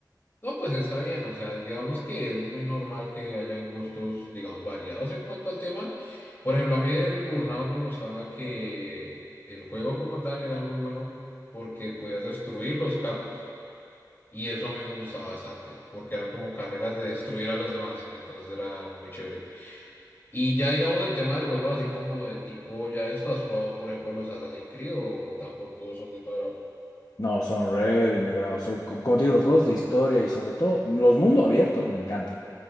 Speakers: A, on the left; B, on the left.
A: no, pues está bien. O sea, digamos que es muy normal que hayan gustos, digamos, variados en cuanto al tema. Por ejemplo, a mí del Burnout me gustaba que el juego como tal era muy bueno porque podías destruir los carros. Y eso a mí me gustaba bastante, porque era como carreras de destruir a los demás. Entonces era muy chévere. Y ya digamos en tema de juegos así como de tipo, ya esto has probado, por ejemplo, los Assassin's Creed o tampoco son de todo agrado?
B: No, son re de mi agrado. Son, co- como te digo, los juegos de historia y sobre todo los mundos abiertos me encantan.